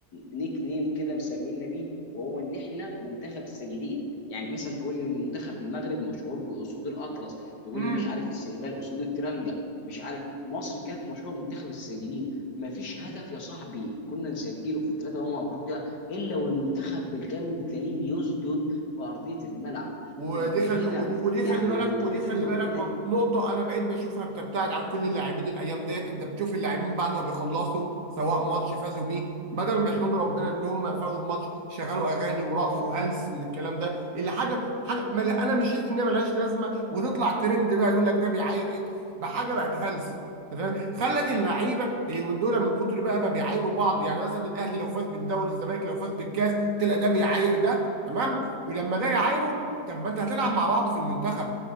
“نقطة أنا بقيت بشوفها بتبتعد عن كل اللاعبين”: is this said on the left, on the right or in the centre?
Right